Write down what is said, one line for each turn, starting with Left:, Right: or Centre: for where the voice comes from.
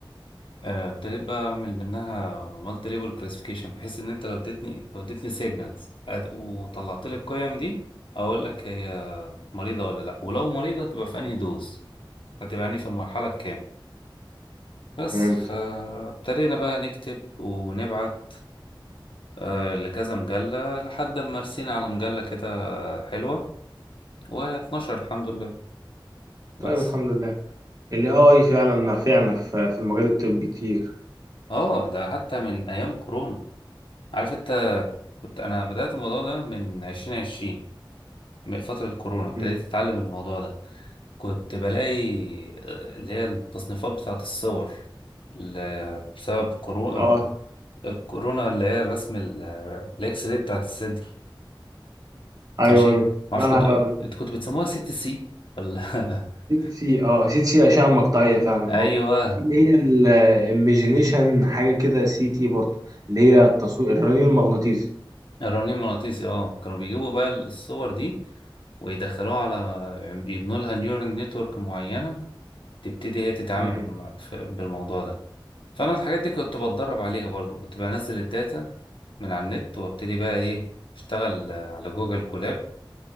Left: آه، ابتديت بقى اعمل منها مالتي ليبل كلاسيفيكيشن بحيث ان انت لو اديتني لو اديتني سيجنالز وطلعت لي القيم دي اقول لك هي مريضه ولا لا ولو مريضه تبقى في انهي دوز هتبقى يعني في المرحله الكام بس
Right: فهمت
Left: فابتدينا بقى نكتب ونبعت آه، لكذا مجله لحد ما رسينا على مجله كده حلوه و12 الحمد لله بس
Right: طيب الحمد لله الاي اي فعلا نافعنا في في المجال الطبي كتير
Left: اه ده حتى من ايام كورونا عارف انت كنت انا بدات الموضوع ده من 2020 من فترة كورونا ابتديت
Right: مم.
Left: أتعلم الموضوع ده كنت بلاقي آه، اللي هي التصنيفات بتاعة الصور ل- بسبب كورو-
Right: اه
Left: آه، كورونا اللي هي الرسم ال- آه، الإكس راي بتاعة الصدر
Right: ايوه
Left: ماشي
Right: ايوه
Left: معرفش
Right: مالها
Left: كنت
Right: بقى
Left: انتوا كنتوا بتسموها سي تي سي ولا <laughs>
Right: سي تي سي اه سي تي سي اشعة مقطعية فعلا
Left: أيوه
Right: اه وفي اللي هي الايميجينيشن حاجة كده سي تي برضه اللي هي التصوير الرنين المغناطيسي
Left: الرنين مغناطيسي اه كانوا بيجيبوا بقى الصور دي ويدخلوها على يعني يبنوا لها نيورال نتورك معينة تبتدي هي تتعامل
Right: مم.
Left: بالمع- ف- بالموضوع ده فانا الحاجات دي كنت بتدرب عليها برضو كنت بنزل الداتا من على النت وابتدي بقى ايه اشتغل آه، على جوجل كولاب